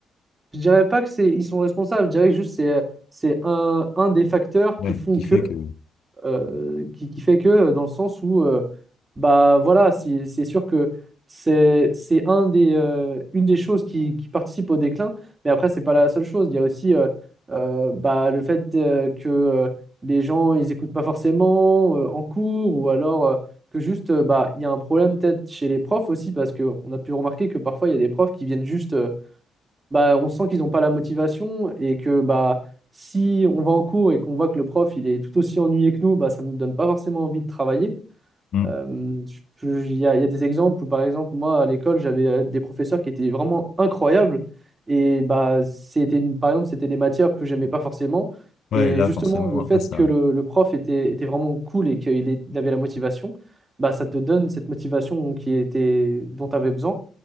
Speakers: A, on the right; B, on the left.
A: je dirais pas que c'est, ils sont responsables, je dirais que juste c'est, euh, c'est un, un des facteurs
B: Ouais,
A: qui font
B: qui
A: que.
B: fait que.
A: euh, qui, qui fait que, euh, dans le sens où, euh, bah voilà, c'est c'est sûr que c'est c'est un des, euh, une des choses qui, qui participe au déclin, mais après, c'est pas la seule chose. Il y a aussi euh, euh, bah, le fait euh, que euh, les gens, ils écoutent pas forcément euh, en cours, ou alors euh, que juste, euh, bah, il y a un problème peut-être chez les profs aussi, parce qu'on a pu remarquer que parfois, il y a des profs qui viennent juste. euh, bah, on sent qu'ils n'ont pas la motivation et que bah, si on va en cours et qu'on voit que le prof il est tout aussi ennuyé que nous, bah, ça ne nous donne pas forcément envie de travailler.
B: Hmm.
A: Euh, je peux- Il y a, il y a des exemples où, par exemple, moi, à l'école, j'avais euh, des professeurs qui étaient vraiment incroyables. Et bah, c'était, une- par exemple, c'était des matières que j'aimais pas forcément.
B: Ouais,
A: Et
B: là,
A: justement,
B: forcément,
A: le
B: après
A: fait
B: ça.
A: que le, le prof était, était vraiment cool et qu'il est- il avait la motivation, bah, ça te donne cette motivation qui était, dont tu avais besoin.